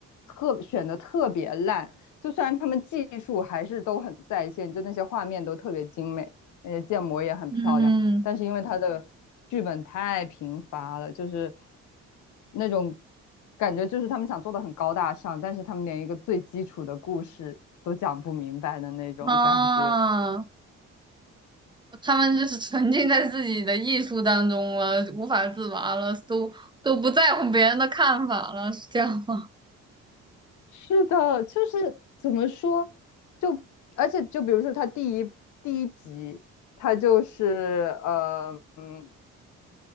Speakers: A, on the left; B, on the right.
A: 特选的特别烂。就虽然他们技术还是都很在线，就那些画面都特别精美，那些建模也很漂亮，
B: 嗯
A: 但是因为他的剧本太贫乏了，就是那种感觉，就是他们想做的很高大上，但是他们连一个最基础的故事都讲不明白的那种感觉。
B: 啊，他们就是沉浸在自己的艺术当中了，无法自拔了，都都不在乎别人的看法了，是这样吗？
A: 是的，就是怎么说，就而且就比如说他第一第一集，他就是呃嗯